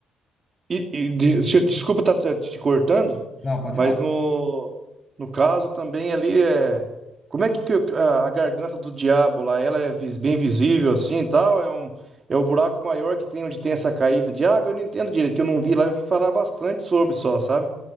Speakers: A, on the right; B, on the left.
A: E, e de- se- desculpa estar te, te cortando,
B: Não, pode
A: mas
B: falar.
A: no, no caso também ali é. Como é que, que o- a, a garganta do diabo lá, ela é vis- bem visível assim e tal? É um, é o buraco maior que tem onde tem essa caída de água? Eu não entendo direito, que eu não vi lá, eu vi falar bastante sobre só, sabe?